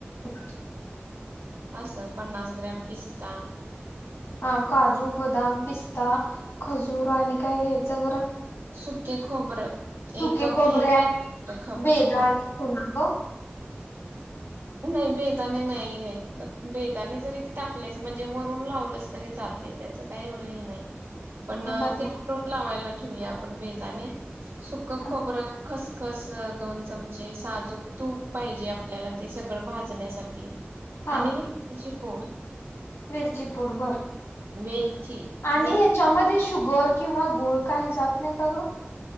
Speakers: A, on the left (about 85°); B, on the right (about 80°).
A: <inaudible>
B: असं पन्नास ग्रॅम पिस्ता
A: हा काजू, बदाम, पिस्ता, खजूर आणि काय घ्यायचं बरं?
B: सुके खोबरं
A: सुके
B: एक कप
A: खोबरे
B: घ्यायचं
A: आणि
B: खबर
A: बेदाणी
B: खोब
A: कोण ग
B: नाही बेदाणे नाही घ्यायचं बेदाणे जरी टाकलेस म्हणजे वरून लावलंस तरी चालतयं त्याच काही एवढं हे नाही. पण
A: बर
B: ते
A: मग
B: उरून लावायला ठेऊया आप आपण बेदाणे सुकं
A: हम्म.
B: खोबरं खस खस दोन चमचे साजूक तूप पाहिजे आपल्याला ते सगळं भाजण्यासाठी
A: हा
B: आणि मी त्याची फोड
A: वेलची पूड बर
B: वेलची
A: आणि
B: मिर
A: ह्याच्यामध्ये शुगर किंवा गुळ काही जात नाही का ग